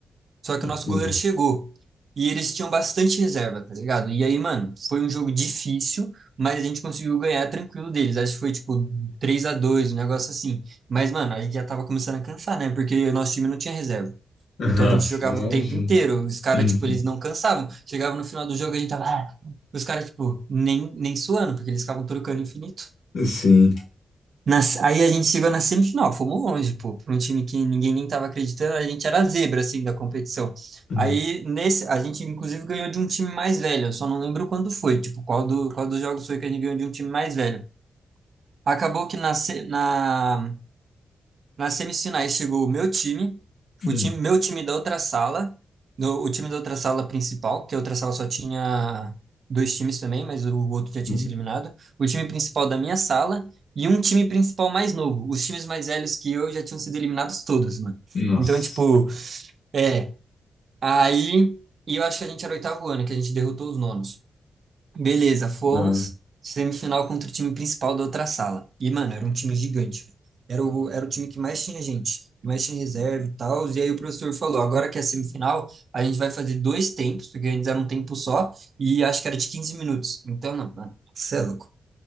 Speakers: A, on the right; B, on the left.
A: Só que
B: Entendi.
A: o nosso goleiro chegou. E eles tinham bastante reserva, tá ligado? E aí, mano, foi um jogo difícil, mas a gente conseguiu ganhar tranquilo deles. Acho que foi tipo 3 a dois um negócio assim. Mas, mano, a gente já tava começando a cansar, né? Porque o nosso time não tinha reserva.
B: Nossa,
A: Então a gente jogava
B: Imagino.
A: o tempo inteiro. Os caras,
B: Uhum.
A: tipo, eles não cansavam. Chegava no final do jogo, a gente tava. ah, Os caras, tipo, nem, nem suando, porque eles ficavam trocando infinito.
B: sim.
A: Nas- aí a gente chegou na semifinal, fomos longe, pô, para um time que ninguém nem estava acreditando, a gente era a zebra, assim, da competição.
B: Hum,
A: Aí, nesse, a gente, inclusive, ganhou de um time mais velho, eu só não lembro quando foi, tipo, qual, do, qual dos jogos foi que a gente ganhou de um time mais velho. Acabou que na, se- na, nas semifinais chegou o meu time,
B: hum,
A: o time, meu time da outra sala, no- o time da outra sala principal, que a outra sala só tinha dois times também, mas o outro já tinha
B: uhum.
A: se eliminado. O time principal da minha sala e um time principal mais novo. Os times mais velhos que eu já tinham sido eliminados todos, mano.
B: Nossa.
A: Então, tipo, é. Aí. E eu acho que a gente era o oitavo ano, que a gente derrotou os nonos. Beleza, fomos.
B: Da hora.
A: Semifinal contra o time principal da outra sala. E, mano, era um time gigante. velho. Era o, era o time que mais tinha gente, mais tinha reserva e tal. E aí o professor falou: agora que é semifinal, a gente vai fazer dois tempos, porque antes era um tempo só, e acho que era de 15 minutos. Então, não, mano, você é louco.